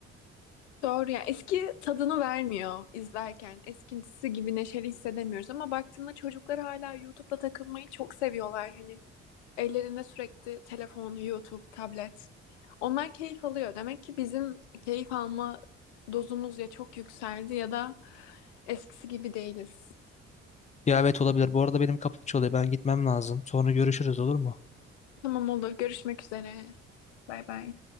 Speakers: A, on the left; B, on the left.
A: Doğru ya. Eski tadını vermiyor izlerken. Eskisi gibi neşeli hissedemiyoruz ama baktığında çocuklar hala YouTube'da takılmayı çok seviyorlar. Hani ellerinde sürekli telefon, YouTube, tablet. Onlar keyif alıyor. Demek ki bizim keyif alma dozumuz ya çok yükseldi ya da eskisi gibi değiliz.
B: Ya evet olabilir. Bu arada benim kapım çalıyor. Ben gitmem lazım. Sonra görüşürüz olur mu?
A: Tamam olur. Görüşmek üzere. Bay bay.